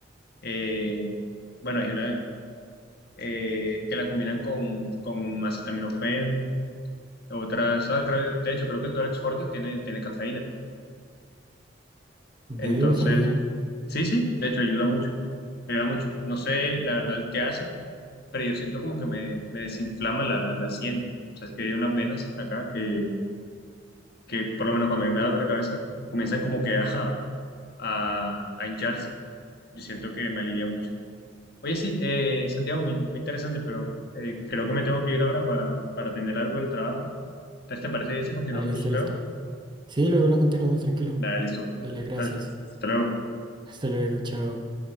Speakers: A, on the left; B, on the right.
A: eh, bueno, hay una eh, que la combinan con, con acetaminofén, otras, ah, creo- de hecho creo que el Dolex Forte tiene, tiene cafeína.
B: Ve,
A: Entonces,
B: no sabía.
A: sí, sí, de hecho ayuda mucho, ayuda mucho. No sé la verdad qué hace, pero yo siento como que me, me desinflama la, la sien. O sea, es que hay unas venas acá que, que por lo menos cuando a mí me da dolor de cabeza, comienzan como que a, a, a hincharse. Yo siento que me alivia mucho. Oye, sí, eh, Santiago, muy, muy interesante, pero eh, creo que me tengo que ir ahora para, para atender algo del trabajo. Entonces, ¿te parece bien si continuamos
B: Ah, listo,
A: luego?
B: listo. Sí, luego la continuamos, tranquilo.
A: Dale, listo.
B: Dale, gracias.
A: Dale, Hasta luego.
B: Hasta luego, chao.